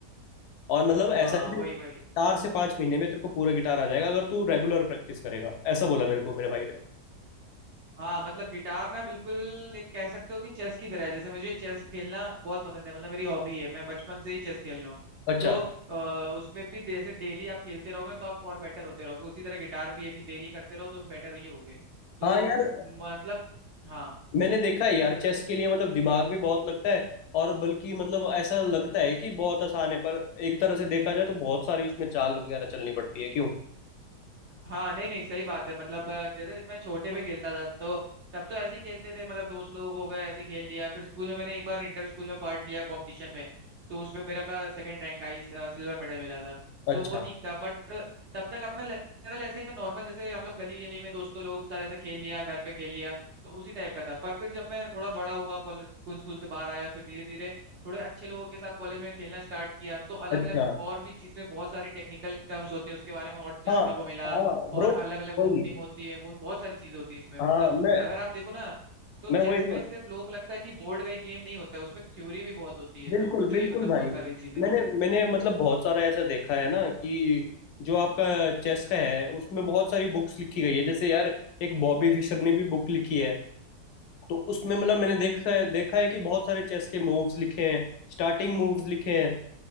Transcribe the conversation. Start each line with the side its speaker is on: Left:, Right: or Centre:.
Left: और मतलब ऐसा
Right: हाँ
Left: है
Right: वही
Left: कि
Right: वही
Left: चार से पांच महीने में तेरे को पूरा गिटार आ जाएगा अगर तू रेगुलर प्रैक्टिस करेगा ऐसा बोला मेरे को मेरे भाई ने
Right: हाँ मतलब गिटार ना बिल्कुल एक कह सकते हो कि चेस की तरह है जैसे मुझे चेस खेलना बहुत पसंद है मतलब मेरी हॉबी है मैं बचपन से ही चेस खेल रहा हूँ
Left: अच्छा
Right: तो अ, उसमें भी जैसे डेली आप खेलते रहोगे ना, तो आप और बेटर होते रहोगे उसी तरह गिटार भी है कि डेली करते रहो तो बेटर ही होगे तो
Left: हाँ यार
Right: मतलब हाँ
Left: मैंने देखा है यार चेस के लिए मतलब दिमाग भी बहुत लगता है और बल्कि मतलब ऐसा लगता है कि बहुत आसान है पर एक तरह से देखा जाए तो बहुत सारी उसमें चाल वगैरह चलनी पड़ती है क्यों
Right: हाँ नहीं नहीं सही बात है मतलब अ, जैसे मैं छोटे पे खेलता था तो तब तो ऐसे ही खेलते थे मतलब दोस्त लोग हो गए ऐसे ही खेल लिया फिर स्कूल में मैंने एक बार इंटर स्कूल में पार्ट लिया कंपटीशन में तो उसमें मेरा का सेकंड रैंक आई सिल्वर मेडल मिला था
Left: अच्छा
Right: तो वो ठीक था बट तब तक अपना लेवल ऐसे ही था नॉर्मल जैसे हम लोग गली गली में दोस्तों लोग साथ ऐसे खेल लिया घर पे खेल लिया तो उसी टाइप का था पर फिर जब मैं थोड़ा बड़ा हुआ कॉलेज स्कूल स्कूल से बाहर आया फिर धीरे धीरे थोड़े अच्छे लोगों के साथ कॉलेज में खेलना स्टार्ट किया तो अलग
Left: अच्छा
Right: अलग और भी चीज में बहुत सारी टेक्निकल टर्म्स होते हैं उसके बारे में और जानने
Left: हाँ
Right: को मिला
Left: हाँ ब्रो
Right: और अलग अलग
Left: वही
Right: ओपनिंग होती है वो बहुत सारी चीजें होती है इसमें
Left: हाँ
Right: मतलब
Left: मैं
Right: अगर आप देखो ना तो
Left: मैं
Right: चेस
Left: वही
Right: में सिर्फ लोगों को लगता है कि बोर्ड का ही गेम नहीं होता है उसमें थ्योरी भी बहुत होती है
Left: बिल्कुल
Right: तो वो
Left: बिल्कुल
Right: भी मतलब
Left: भाई
Right: बहुत सारी चीजें
Left: मैंने मैंने मतलब बहुत सारा ऐसा देखा है ना कि जो आपका चेस का है उसमें बहुत सारी बुक्स लिखी गई है जैसे यार एक बॉबी फिशर ने भी बुक लिखी है तो उसमें मतलब मैंने देखा है देखा है कि बहुत सारे चेस के मूव्स लिखे हैं स्टार्टिंग मूव्स लिखे हैं